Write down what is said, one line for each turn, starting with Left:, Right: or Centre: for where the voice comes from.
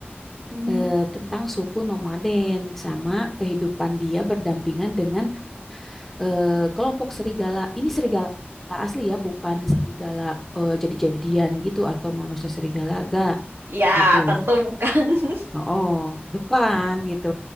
Right: oh.
Centre: eh, tentang suku nomaden sama kehidupan dia berdampingan dengan eh, kelompok serigala. Ini serigala asli ya, bukan serigala eh, jadi-jadian gitu atau manusia serigala, gak
Right: Ya,
Centre: gitu.
Right: tentu bukan. <laughs>
Centre: Oh, bukan gitu.